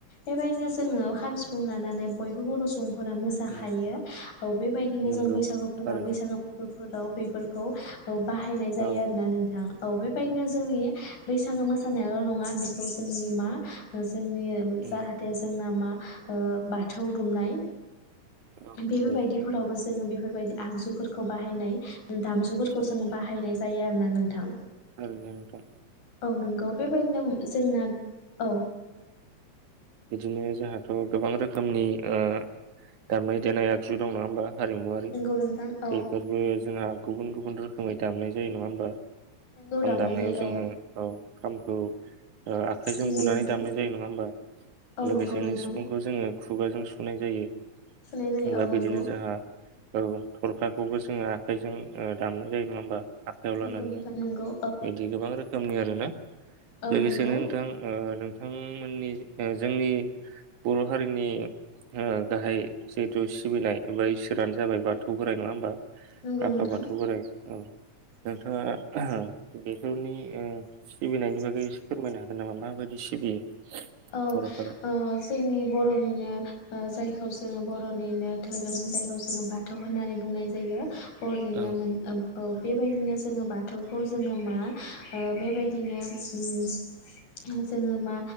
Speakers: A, on the left; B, on the right.
A: बेबायदिनो जोङो खाम सि फुं लानानै बयबो बर' सुब फोरा मोसाखायो
B: उम
A: औ बेबायदिनो
B: नंगौ
A: जों बैसागुफोरा
B: थारैनो
A: बैसागुफोरबो फोराव बेफोरखौ औ बाहायनाय जायो
B: औ
A: आरो ना नोंथां औ बेबायदिनो जोंनि बैसागो मोसानायावल नङा बेखौ जोंनि मा जोंनि जाहाथे
B: उम
A: जोंना मा। ओ बाथौ दुमनाय।
B: औ
A: बेफोरबायदिफोरावबो
B: नंगौ
A: जोंङो बेफ बेफोरबायदि आगजुफोरखौ बाहायनाय दामजुफोरखौ
B: औ
A: जों बाहायनाय ज जायो आरोना नोंथां।
B: थारैनो नोंथां
A: औ नोंगौ बेबायदिनो जोंना औ।
B: बिदिनो जोंहाथ गोबां रोखोमनि ओ दामनाय देनाय आगजु दं नङा होमबा। हारिमुआरि
A: नंगौ नोंथां औ
B: बेफोरबो जोंहा गुबुन-गुबुन रोख खोमाय दामनाय जायो नङा होमबा। खाम
A: नंगौ दामनाय
B: दामनायाव
A: जायो
B: जोंङो
A: औ
B: औ खामखौ ओ आखाइजों
A: नंगौ
B: बुनानै
A: नोंथां
B: दामनाय जायो नंङा होमबा
A: औ नंगौ
B: लोगोसेनो
A: नोंथां
B: सिफुंखौ जोंङो खुगाजों सुनाय जायो।
A: सुनाय जायो
B: दा
A: औ
B: बिदिनो
A: नोंगौ
B: जोंहा औ थरखाखौबो जोंङो आखाइजों ओ दामनाय जायो नंङा होमबा आखाइयाव लानानै
A: नोंगौ नोंथां नोंगौ
B: बिदि गोबां रोखोमनि आरोना
A: औ
B: लोगोसेनो
A: नंगौ
B: नोंथां‌‌ ओ ओ नोंथांमोननि ओ जोंनि बर' हारिनि ओ गाहाय जिहेथु सिबिनाय एबा इसोरानो जाबाय बाथौ बोराइ नंङा होमबा
A: नंगौ
B: आफा
A: नोंथां
B: बाथौ बोराइ औ नोंथांङा अ बेफोरनि ओ सिबिनायनि बागैसे फोरमायनो हागोन नामा माबायदि सिबियो
A: औ
B: बर'फोरा
A: ओ जोंनि बर'निनो ओ जाय खौ जोंङो बर'निनो धोरोम जायखौ जोंङो बाथौ होननानै बुंनाय जायो अरिना
B: औ
A: मोन ओम औ बेबायदिनो जों बाथौखौ जोंङो मा ओ बेबाय दिनो उम जोंङो मा